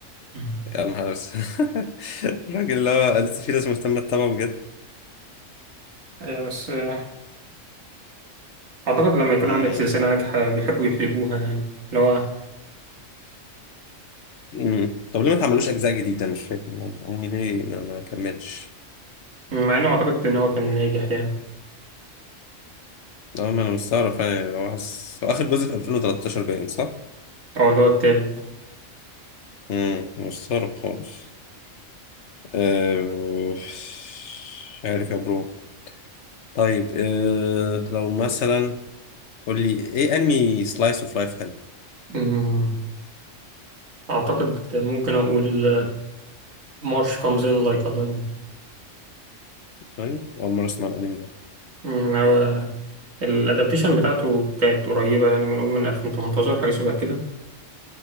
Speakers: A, on the right; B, on the left.
A: مم.
B: يا نهار أسود. <laughs> الراجل اللي هو لسه في ناس مهتمة تتابعه بجد
A: آه، بس آه، أعتقد لما يكون
B: امم
A: عندك سلسلة ناجحة بيحبوا يحلبوها يعني اللي هو
B: امم طب ليه ما تعملوش أجزاء جديدة أنا مش فاهم أنمي ليه ما, ما كملش
A: مع إنه أعتقد إن هو كان ناجح يعني
B: اه ما أنا مستغرب فعلا يعني هو حاسس هو آخر جزء في 2013 باين صح؟
A: أو اللي هو التالت
B: امم مستغرب خالص آه، مش عارف يا برو طيب آه، لو مثلا قول لي ايه انمي سلايس اوف لايف حلو
A: مم. أعتقد ممكن أقول آه، مارش comes in like a lion
B: يعني اول مره اسمع الانمي ده
A: مم، هو الأدابتيشن بتاعته كانت قريبة يعني بنقول من 2018 حاجة شبه كده